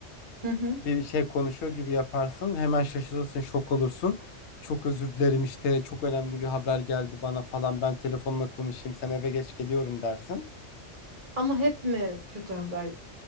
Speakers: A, on the right (about 45°); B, on the left (about 70°).
A: Hı hı.
B: Bir şey konuşuyor gibi yaparsın. Hemen şaşırırsın, şok olursun. Çok özür dilerim işte çok önemli bir haber geldi bana falan. Ben telefonla konuşayım, sen eve geç geliyorum dersin.
A: Ama hep mi kötü haber